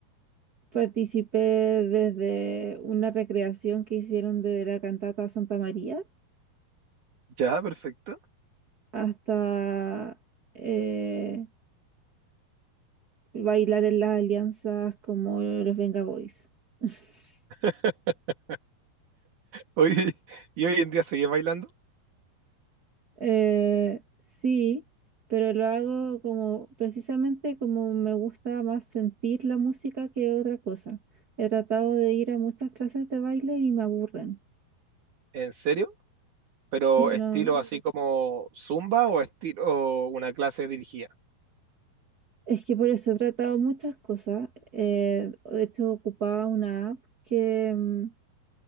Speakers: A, on the right; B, on the right.
A: participé desde una recreación que hicieron de la cantata Santa María
B: Ya, perfecto.
A: hasta... eh, bailar en las alianzas como los Venga Boys. <laughs>
B: <laughs> Oye, ¿y hoy en día seguís bailando?
A: Eh, sí, pero lo hago como precisamente como me gusta más sentir la música que otra cosa. He tratado de ir a muchas clases de baile y me aburren.
B: ¿En serio? ¿Pero
A: Sí,
B: estilo
A: no.
B: así como Zumba o estilo una clase dirigida?
A: Es que por eso he tratado muchas cosas. eh, de hecho, ocupaba una app que mm,